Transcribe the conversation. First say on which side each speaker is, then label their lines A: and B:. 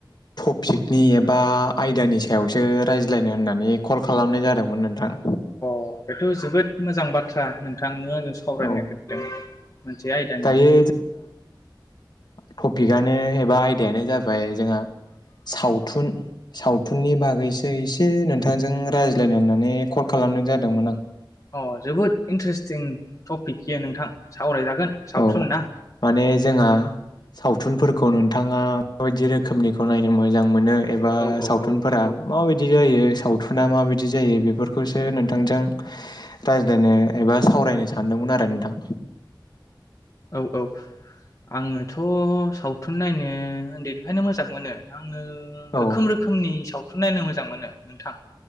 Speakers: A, on the left (about 60°); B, on the left (about 40°).
A: टपिकनि एबा आयदानि सायावसो रायज्लायनो होननानै कल खालामनाय जादोंमोन नोंथां
B: <unintelligible> बेथ' जोबोद मोजां बाथ्रा नोंथां नों आंजों सावरायनो
A: औ
B: नागिरदों मोनसे आयदानि
A: दायो टपिकआनो एबा आयदायानो जाबाय जोंहा सावथुन सावथुननि बागैसो एसे नोंथांजों रायज्लायनो होननानै कल खालामनाय जादोंमोन आं
B: अ जोबोद इन्टारेस्टिं टपिक नोंथां सावरायजागोन सावथुन
A: औ
B: ना
A: माने जोंहा सावथुनफोरखौ नोंथाङा माबायदि रोखोमनिखौ नायनो मोजां मोनो एबा
B: औ औ
A: सावथुनफोरा
B: औ औ
A: माबायदि जायो सावथुना माबायदि जायो बेफोरखौसो नोंथांजों रायज्लायनो एबा सावरायनो सानदोंमोन आरो नोंथां
B: औ औ आंङोथ'सावथुन नायनो उन्दैनिफ्रायनो मोजां मोनो आं <unintelligible>
A: औ
B: रोखोम रोखोमनि साव नायनो मोजां मोनो नोंथां